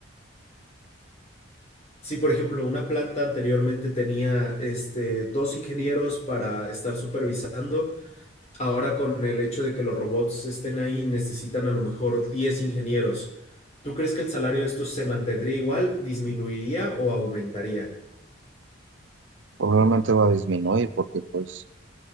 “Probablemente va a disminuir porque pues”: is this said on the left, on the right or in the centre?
Right